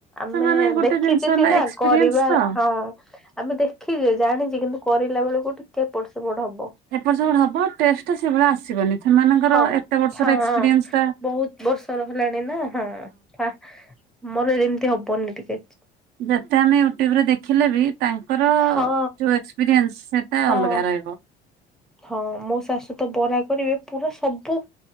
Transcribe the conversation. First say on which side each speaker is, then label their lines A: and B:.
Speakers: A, in the centre; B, on the right.
A: ଆମେ
B: ସେମାନେ ଗୋଟେ
A: ଦେଖିଛେ
B: ଜିନିଷ ହେଲା
A: ସିନା
B: ଏକ୍ସପିରିଏନ୍ସ
A: କରିବା
B: ତ
A: ହଁ। ଆମେ ଦେଖିଛେ ଜାଣିଛେ କିନ୍ତୁ କରିଲା ବେଳକୁ ଟିକେ ଏପଟ ସେପଟ ହବ।
B: ଏପଟ ସେପଟ ହବ ଟେଷ୍ଟେ ସେଇଭଳିଆ ଆସିବନି। ସେମାନଙ୍କର
A: ହଁ
B: ଏତେ ବର୍ଷର
A: ହଁ
B: ଏକ୍ସପିରିଏନ୍ସ ଟା
A: ବହୁତ ବର୍ଷ ହେଲାଣି ନା ହଁ। ମୋର ଏମିତି ହବନି ଟିକେ
B: ଯେତେ ଆମେ ୟୁଟ୍ୟୁବ ରେ ଦେଖିଲେ ବି ତାଙ୍କର
A: ହଁ
B: ଯୋଉ ଏକ୍ସପିରିଏନ୍ସ ସେଟା
A: ହଁ।
B: ଅଲଗା ରହିବ।
A: ହଁ ମୋ ଶାଶୁ ତ ବରା କରିବେ ପୁରା ସବୁ